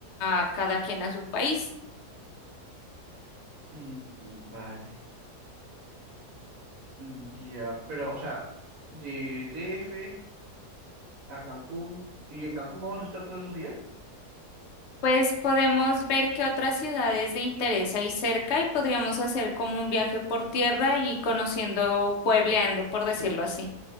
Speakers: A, on the left (about 70°); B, on the right (about 65°).
A: a cada quien a su país.
B: Mm, vale. Mm, Ya, pero, o sea, de DF a Cancún, ¿y en Cancún vamos a estar todos esos días?
A: Pues podemos ver qué otras ciudades de interés hay cerca y podríamos hacer como un viaje por tierra y conociendo, puebleando, por decirlo así,